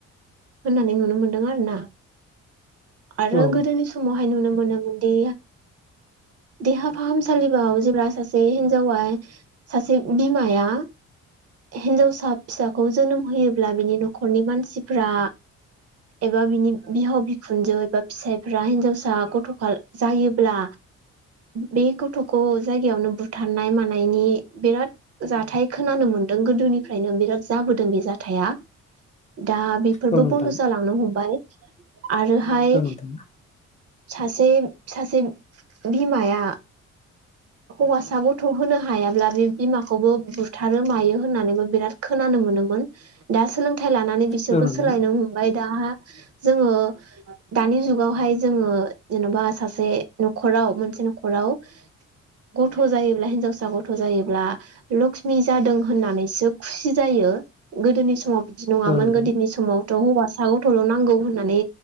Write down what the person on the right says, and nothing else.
होननानै नुनो मोनदों आरो ना आरो
गोदोनि सम नुनो मोनो मोनादि देहा फाहामसालिबाव जेब्ला सासे हिनजावा सासे बिमाया हिनजावसा फिसाखौ जोनोम होयोब्ला बिनि न'खरनि मानसिफ्रा एबा बिनि बिहाव बिखुनजो एबा फिसाइफोरा रा हिनजावसा गथ'फाल जायोब्ला बे गथ'खौ जायगायावनो बुथारनाय मानायनि बिराद जाथाय खोनानो मोन दों गोदोनिफ्रायनो बिराद जाबोदों बे जाथाया दा बेफोरबो
बन्द' जालांनो हमाय आरोहाय
सासे सासे बिमाया हौवासा गथ' होनो हायाब्ला बे बिमाखौबो बुथारो मायो होननानैबो बिराद खोनानो मोनोमोन दा सोलों थाइ लानानै बिसोरबो
सोलायनो हमबाय दा जोङो दानि जुगावहाय जोङो जेन'बा सासे न'खराव मोनसे न'खराव गथ' जायोब्ला हिनजावसा गथ' जायोब्ला लक्ष्मि जादों होननानैसो खुसि जायो। यो गोदोनि समाव बिदि नङामोन
गोदोनि समावथ' हौवासा गथ'ल' नांगौ होननानै